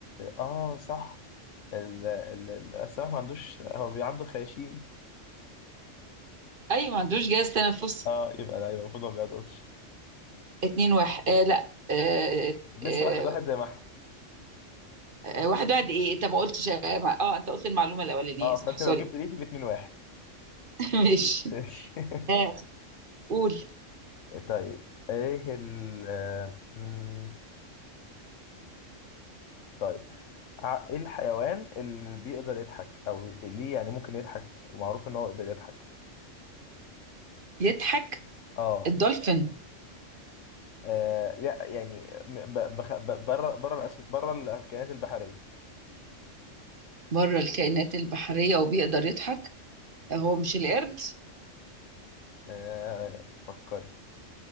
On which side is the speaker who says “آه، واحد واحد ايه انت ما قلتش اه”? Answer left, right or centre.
Right